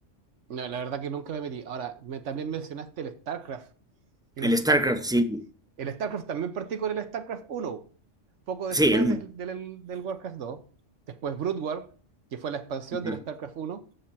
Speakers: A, on the right; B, in the centre.
A: no, la verdad que nunca me metí. Ahora, me, también mencionaste el StarCraft. El,
B: El
A: Star,
B: StarCraft, sí.
A: el StarCraft también partí con el StarCraft uno poco después
B: Sí, el uno,
A: del, del, del Warcraft dos Después Brood War, que fue la expansión
B: Ajá.
A: del StarCraft uno